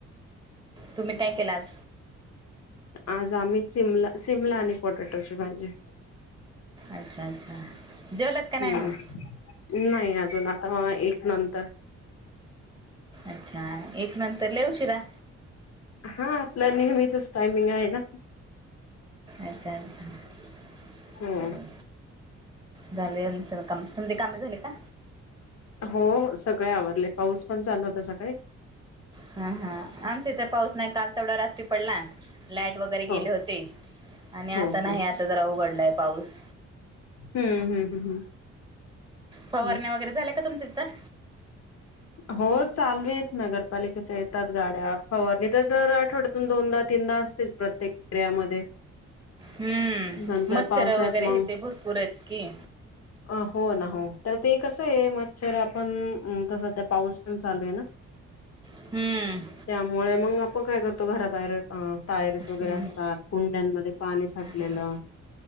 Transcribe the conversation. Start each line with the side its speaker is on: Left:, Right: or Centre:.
Right: तुम्ही काय केलात?
Left: आज आम्ही, सिमला शिमला, आणि पोटाटोची भाजी.
Right: अच्छा! अच्छा! !. जेवलात
Left: हम्म
Right: का नाय म
Left: नाही अजून? आता एक नंतर
Right: अच्छा! एक नंतर लऊ शिरा!.
Left: हा आपलं नेहमीचच टायमिंग आहे ना?
Right: अच्छा अच्छा! !
Left: हो
Right: बर!.. झालय आमच आमची स्मदी काम झाली का?
Left: हो सगळे आवरले पाऊस पण चालू होता सकाळी?
Right: हा हा!. आमच्या इथे पाऊस नाही काल तेवढा रात्री पडला. लाईट वगैरे गेले
Left: हो
Right: होते
Left: हो
Right: आता नाही
Left: हो
Right: जरा उघडलाय पाऊस.
Left: हम्म हम्म हम्म हम्म
Right: पवारण्या
Left: हम्म.
Right: वगैरे झालेला का? तुमच्या इथ!..
Left: हो चालू आहेत नगरपालिकेच्या येतात गाड्या फवरनि तर तर दर आठवड्यातून दोनदा तीनदा असते. प्रत्येक एरियामध्ये.
Right: हम्म
Left: नंतर
Right: मच्छर
Left: पावसाळ्यात
Right: वगैरे
Left: मग
Right: येत भरपूरच की?
Left: अ हो ना हो तर ते कसं आहे मच्छर आपण तस!.. ते पाऊस पण चालू आहे ना
Right: हम्म.
Left: त्यामुळे मग? मग काय करतो घराबाहेर टायर्स वगैरे
Right: हम्म,
Left: असतात कुंड्यांमध्ये पाणी साठलेलं.
Right: हम्म,